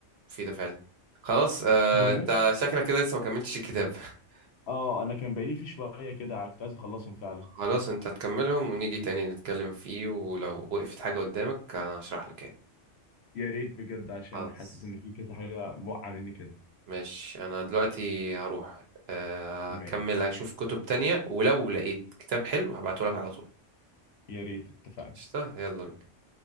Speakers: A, on the right; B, on the left.
A: مفيدة فعلا خلاص آه
B: بمناسبه
A: انت شكلك كده لسه ما كملتش الكتاب <laughs>
B: اه انا كان بقالي في شويه كده كنت عايز اخلصهم فعلا
A: خلاص انت تكملهم ونيجي تاني نتكلم فيه ولو وقفت حاجة قدامك انا هشرح لك يعني
B: يا ريت بجد عشان
A: خلاص
B: حاسس ان في كذا حاجه موقعه مني كده
A: ماشي انا دلوقتي هروح آه،
B: ماشي
A: اكمل اشوف كتب تانية ولو لقيت كتاب حلو هبعته لك على طول
B: يا ريت اتفقنا
A: قشطة يلا بينا